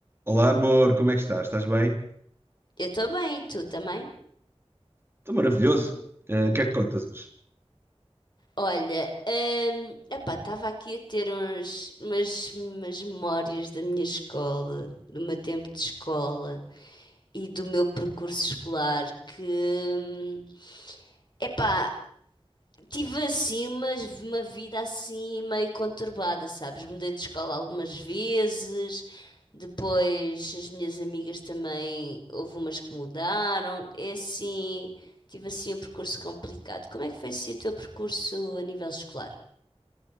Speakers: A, on the right; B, on the left.
A: Olá, amor, como é que estás? Estás bem?
B: Eu estou bem, e tu também?
A: Estou maravilhoso. Eh, O
B: Hum.
A: que é que contas hoje?
B: Olha, hum, epá, estava aqui a ter uns, umas, umas memórias da minha escola, do meu tempo de escola e do meu percurso escolar que, hum, epá, Tive assim umas- uma vida assim meio conturbada, sabes? Mudei de escola algumas vezes, depois as minhas amigas também, houve umas que mudaram. É assim, tive assim um percurso complicado. Como é que foi assim o teu percurso a nível escolar?